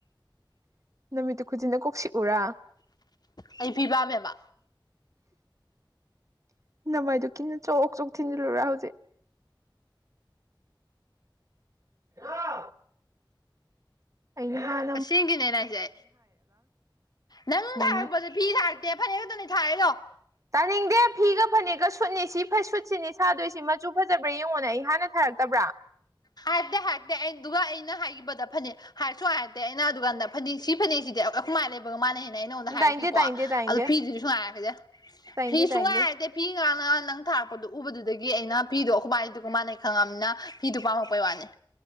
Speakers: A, on the right; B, on the left.
A: ꯅꯨꯃꯤꯠꯇꯨ ꯈꯨꯖꯤꯟꯅ ꯀꯣꯛꯁꯤꯛꯎꯔꯥ
B: ꯑꯩ ꯄꯤꯕꯝꯃꯦꯕ
A: ꯅꯃꯥꯏꯗꯨꯣ ꯤꯟꯅ ꯆꯣꯛ ꯆꯣꯛ ꯊꯤꯟꯜꯂꯨꯔꯥ ꯍꯧꯖꯤꯛ ꯍꯂ ꯑ
B: ꯑꯁꯦꯡꯒꯤꯅꯦꯅ ꯍꯥꯏꯁꯦ ꯅꯪ
A: ꯃꯣꯏꯅ
B: ꯍꯥꯏꯔꯛꯄꯁꯦ ꯐꯤ ꯂꯥꯥꯛꯇꯦ ꯐꯔ ꯑꯗꯨꯅꯤ ꯊꯥꯏꯔꯣ
A: ꯇꯥꯅꯤꯡꯗꯦ ꯐꯤꯒ ꯐꯅꯦꯛꯒ ꯁꯨꯠꯅꯤ ꯁꯤ ꯐꯩ ꯁꯨ ꯁꯤꯅꯤ ꯁꯥꯗꯣꯏꯁꯤ ꯃꯆꯨ ꯐꯖꯕ꯭ꯔꯥ ꯌꯦꯡꯉꯣꯅꯦ ꯑꯩ ꯍꯥꯟꯅ ꯊꯔꯛꯇꯕ꯭ꯔꯥ
B: ꯍꯥꯏꯇꯦ ꯍꯥꯏꯇꯦ ꯑꯩꯅ ꯑꯗꯨꯒ ꯑꯩꯅ ꯍꯥꯏꯈꯤꯕꯗ ꯐꯅꯦꯛ ꯍꯥꯏꯁꯨ ꯍꯥꯏꯔꯛꯇꯦ ꯑꯩꯅ ꯑꯗꯨꯀꯥꯟꯗ ꯐꯅꯦꯛ ꯁꯤ ꯐꯅꯦꯛꯁꯤꯗꯤꯥꯏ ꯂꯩ ꯃꯥꯟꯅꯦꯩꯅ ꯑꯩ ꯅꯉꯣꯟꯗ ꯍꯥꯏꯔꯛꯈꯤꯀꯣ
A: ꯇꯥꯏꯅꯤꯡꯗꯦ ꯇꯥꯏꯅꯤꯡꯗꯦ ꯇꯥꯏꯅꯤꯡꯗꯦ
B: ꯑꯗꯨ ꯐꯤꯗꯨꯗꯤ ꯁꯨꯡꯉꯥꯏꯔꯛꯁꯦ
A: ꯇꯥꯏꯅꯤꯡꯗꯦ
B: ꯐꯤ ꯁꯨꯡ
A: ꯇꯥꯏꯅꯤꯡꯗꯦ
B: ꯉꯥꯏꯔꯦ ꯐꯤ ꯉꯥꯅ ꯅꯪ ꯊꯥꯔꯛꯄꯗꯣ ꯎꯕꯗꯨꯗꯒꯤ ꯑꯩꯅꯤꯗ ꯑꯩꯈꯃꯥꯏꯗꯨꯒ ꯃꯥꯥꯟꯅꯩ ꯈꯪꯉꯝꯃꯤꯅ ꯐꯤꯗꯨꯣ ꯄꯥꯝꯃ ꯑꯩꯈꯣꯏ ꯋꯥꯅꯤ